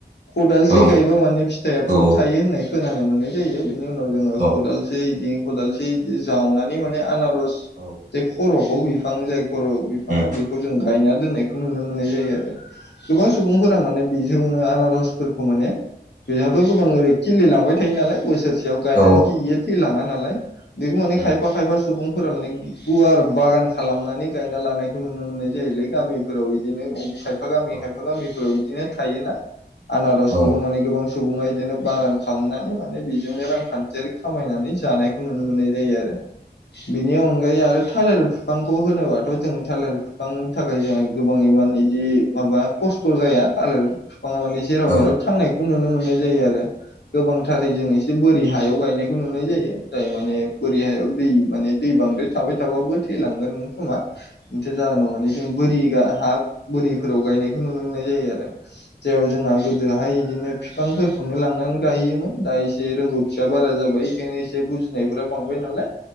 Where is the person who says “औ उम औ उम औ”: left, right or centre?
Right